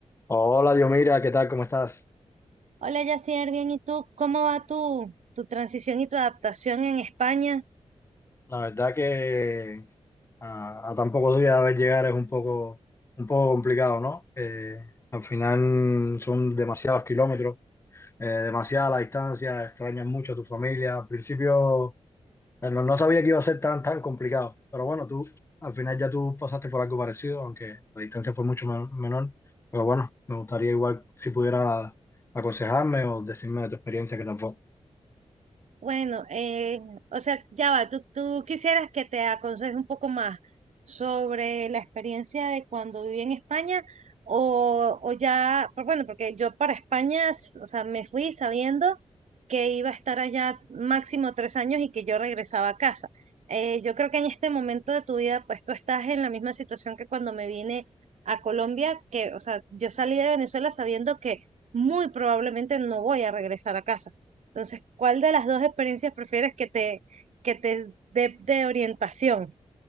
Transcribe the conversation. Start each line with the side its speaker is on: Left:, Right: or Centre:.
Left: Hola, Diomira, ¿qué tal? ¿Cómo estás?
Right: Hola, Yacier, bien, ¿y tú? ¿Cómo va tu, tu transición y tu adaptación en España?
Left: La verdad que a, a tan pocos días de ver llegar es un poco, un poco complicado, ¿no? Eh, al final son demasiados kilómetros, eh, demasiada la distancia, extrañas mucho a tu familia. Al principio eh, no, no sabía que iba a ser tan, tan complicado, pero bueno, tú al final ya tú pasaste por algo parecido, aunque la distancia fue mucho men- menor. Pero bueno, me gustaría igual si pudiera aconsejarme o decirme de tu experiencia que tampoco.
Right: Bueno, eh, o sea, ya va, tú, tú quisieras que te aconseje un poco más sobre la experiencia de cuando viví en España o, o ya, por- bueno, porque yo para España, s- o sea, me fui sabiendo que iba a estar allá máximo tres años y que yo regresaba a casa. Eh, yo creo que en este momento de tu vida, pues tú estás en la misma situación que cuando me vine a Colombia, que, o sea, yo salí de Venezuela sabiendo que muy probablemente no voy a regresar a casa. Entonces, ¿cuál de las dos experiencias prefieres que te, que te dé de orientación?